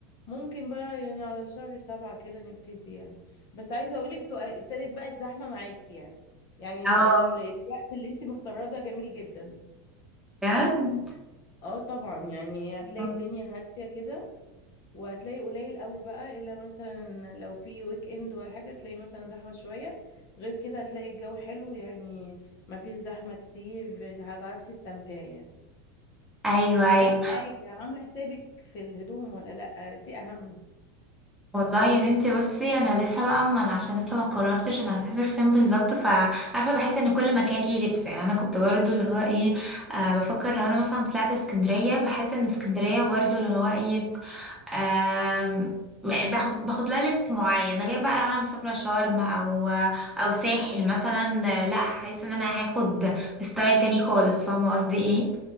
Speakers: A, on the left; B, in the centre.
A: ممكن بقى يعني على شهر سبعة كده نبتدي يعني بس عايزة اقولك تو- ابتدت بقى الزحمة معاكي يعني يعني ال-
B: اه
A: الوقت اللي انتي مختاراه ده جميل جدا
B: بجد
A: اه طبعا يعني هتلاقي
B: آه.
A: الدنيا هادية كده وهتلاقي قليل قوي بقى الا مثلا لو في ويك اند ولا حاجة تلاقي مثلا زحمة شوية غير كده هتلاقي الجو حلو يعني مفيش زحمة كتير هتعرفي تستمتعي يعني
B: ايوه ايوه
A: اهم حاجه عامله حسابك في الهدوم ولا لا دي اهم
B: والله يا بنتي بصي انا لسه بقى ما أنا عشان لسه ما قررتش انا هسافر فين بالظبط فعارفه بحس ان كل مكان ليه لبس يعني انا كنت برضو اللي هو ايه آه بفكر لو انا مثلا طلعت اسكندريه بحس ان اسكندريه برضو اللي هو ايه آم، باخد باخد لها لبس معين ده غير بقى لو انا مسافره شرم او او ساحل مثلا لا هحس ان انا هاخد ستايل تاني خالص فاهمه قصدي ايه